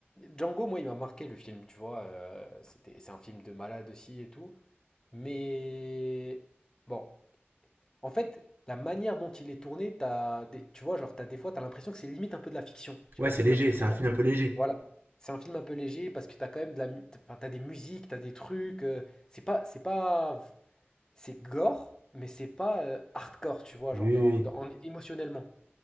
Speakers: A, on the left (about 15°); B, on the right (about 55°).
A: Django, moi, il m'a marqué le film, tu vois, euh, c'était, c'est un film de malade aussi et tout, mais bon, en fait, la manière dont il est tourné, t'as des, tu vois, genre, t'as des fois, t'as l'impression que c'est limite un peu de la fiction, je
B: Ouais,
A: sais pas
B: c'est
A: si tu
B: léger,
A: vois ce que
B: c'est
A: je veux
B: un
A: dire,
B: film un peu léger.
A: voilà, c'est un film un peu léger parce que t'as quand même de la, mu- enfin, t'as des musiques, t'as des trucs, euh, c'est pas, c'est pas, c'est gore, mais c'est pas euh, hardcore, tu vois,
B: Oui,
A: genre,
B: oui,
A: dans,
B: oui.
A: dans- en- émotionnellement.